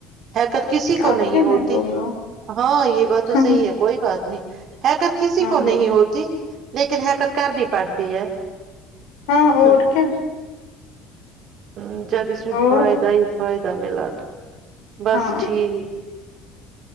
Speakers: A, on the right; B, on the left.
A: حیکت کسی کو
B: اب
A: نہیں
B: کیا میں
A: ہوتی
B: بولوں
A: ہاں یہ بات تو
B: ہاں
A: صحیح ہے کوئی بات <unintelligible> جی <inaudible> حیکت کسی
B: ہاں
A: کو نہیں ہوتی <unintelligible> لیک <unintelligible> لیکن حرکت کرنی پٹتی ہے
B: ہاں
A: <unintelligible>
B: اور کیا
A: ہ جب اس میں
B: اور
A: فائدہ ہی فائدہ ملا تو بس
B: ہاں
A: ٹھیک <unintelligible>